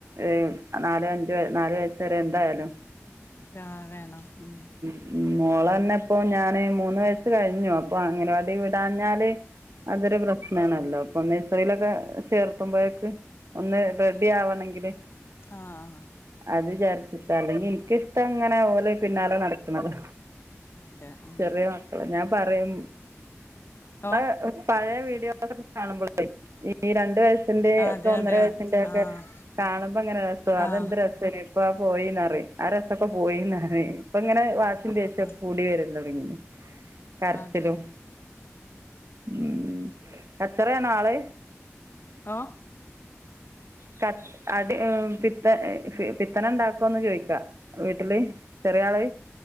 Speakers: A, on the right; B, on the left.
A: ഏഹ്
B: ഉം
A: നാല് അഞ്ച് നാലു വയസരെ എന്തായാലും.
B: ലാ വേണം ഉം.
A: ഉം മോളെന്നെപ്പൊ ഞാന് മൂന്ന് വയസ്സ് കഴിഞ്ഞു അപ്പൊ അങ്ങനവാടി വിടാഞ്ഞാല്. അതൊരു പ്രശ്നാണല്ലോ അപ്പൊ ഒന്ന്. സറിയിലൊക്കെ ചേർത്തുമ്പോഴേക്ക് ഒന്ന് റെഡി ആവണെങ്കില്.
B: ആഹ്
A: അത് വിചാരിച്ചിട്ടാണ് ഞ്ഞ് ഇന്ക്കിഷ്ടങ്ങനെ ഓലെ പിന്നാലെ നടക്ക്ണതാ
B: ആഹ് അതെ ഉം
A: ചെറിയ മക്കള ഞാൻ പറയും
B: ഓഹ്
A: അഹ് ഉം. പയേ വീഡിയോസൊക്കെ കാണുമ്പളേ ഈ രണ്ട് വയസ്സിന്റെ
B: അതെ
A: ഒക്കെ ഒന്നര
B: അതെ
A: വയസ്സിന്റെ ഒക്കെ.
B: ആഹ്
A: കാണുമ്പോ അങ്ങനെ രസാ അതെന്ത്
B: ആഹ്
A: രസലെ ഇപ്പ പോയിന്നറി ആ രസൊക്കെ പോയിന്നറി ഇപ്പ ഇങ്ങനെ വാഷിം
B: ആഹ്
A: ദേശ്യൊക്കെ
B: ആഹ്
A: കൂടി വരാൻതൊട്ങ്ങീന്. കരച്ചിലും
B: അതെ
A: ഉം കച്ചറയാണോ ആള്.
B: ആഹ്
A: ക അട്യോ ഏഹ് പിത്ത പിത്തന ണ്ടാക്കോന്ന് ചോയിക്ക. വീട്ടില് ചെറിയ ആള്.